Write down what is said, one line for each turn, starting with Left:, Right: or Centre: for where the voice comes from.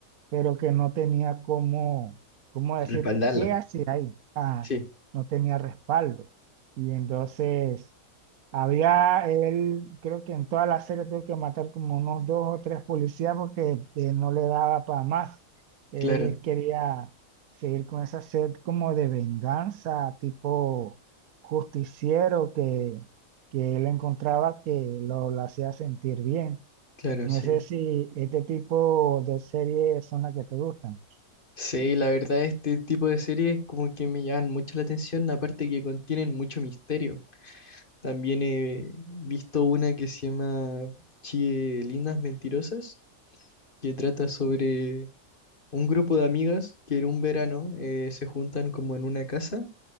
Right: pero que no tenía cómo, cómo decir
Left: Respaldarlo.
Right: qué hacía ahí. Ah,
Left: sí,
Right: no tenía respaldo. Y entonces había él, creo que en toda la serie tuvo que matar como unos dos o tres policías porque eh, no le daba para más. Él
Left: claro,
Right: quería seguir con esa sed como de venganza, tipo justiciero que, que él encontraba que lo, lo hacía sentir bien.
Left: claro,
Right: No
Left: sí.
Right: sé si este tipo de series son las que te gustan.
Left: Sí, la verdad este tipo de series como que me llaman mucho la atención, aparte que contienen mucho misterio. También he visto una que se llama Chie Lindas Mentirosas, que trata sobre un grupo de amigas que en un verano eh, se juntan como en una casa